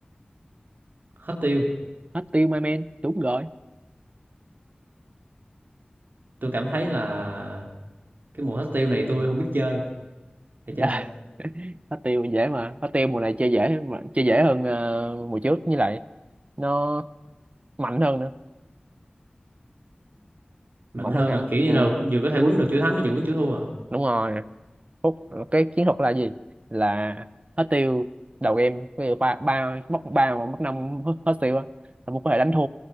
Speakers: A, on the right (about 80°); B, on the right (about 40°).
A: hết tiêu
B: hết tiêu my man đúng rồi
A: tôi cảm thấy là cái mùa hostile này tôi không biết chơi
B: <laughs>
A: thầy
B: Dạ,
A: chơi sao
B: hết tiêu dễ mà hết tiêu mùa này chơi dễ mà chơi dễ hơn ờ, mùa trước như lại nó mạnh hơn nữa
A: mạnh
B: mạnh
A: hơn
B: hơn hẳn
A: à kiểu như
B: ừ.
A: là vừa có thể quýnh được chữ thắng vừa quýnh chữ thua à
B: đúng rồi phút cái chiến thuật là gì là hết tiêu đầu game ví dụ ba ba mất ba hoặc mất năm hết, hết tiêu á là Phúc có thể đánh thua